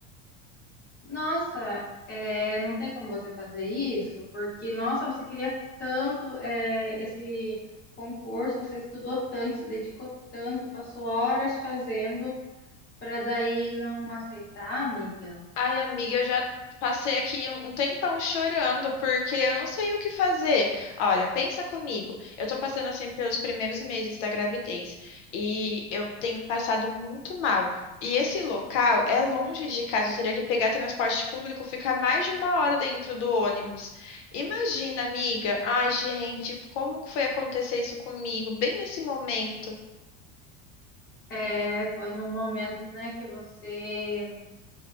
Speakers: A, on the left (about 25°); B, on the left (about 70°).
A: Nossa, é, não tem como você fazer isso, porque, nossa, você queria tanto, é, esse concurso, você estudou tanto, se dedicou tanto, passou horas fazendo, para daí não aceitar, amiga.
B: Ai, amiga, eu já passei aqui um um tempão chorando porque eu não sei o que fazer. Olha, pensa comigo. Eu tô passando assim pelos primeiros meses da gravidez e eu tenho passado muito mal. E esse local é longe de casa, eu teria que pegar transporte público, ficar mais de uma hora dentro do ônibus. Imagina, amiga. Ai, gente, como que foi acontecer isso comigo, bem nesse momento?
A: É, foi num momento, né, que você,